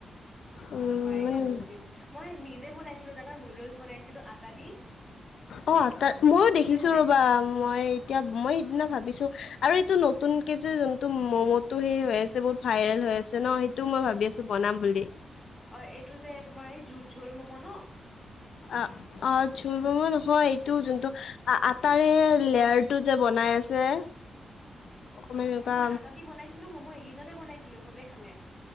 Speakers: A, on the left; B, in the centre.
A: উম
B: মই খোৱাই
A: মানে
B: নাই বহুত দিন। মই নিজে বনাইছিলো জানা নুদলছ বনাইছিলো আতাদি।
A: অ, আতা মায়ো দেখিছো
B: বনাইছিলো
A: ৰবা। মই এতিয়া মই সিদিনা ভাবিছো আৰু এইটো নতুন কে যে যোনটো মম সেই হৈ আছে বহুত ভাইৰেল হৈ আছে ন সেইটোও মই ভাবি আছো বনাম বুলি।
B: অ, এইটো যে জোল-জোল মম ন'
A: অ, অ, জোল মম নহয় এইটো যোনটো আটাৰে লেয়াৰ টো যে বনাই আছে। অকমান এনেকুৱা
B: অ, মই আটা দি বনাইছিলো মমো এইকেইনতে বনাইছিলো চবেই খালে।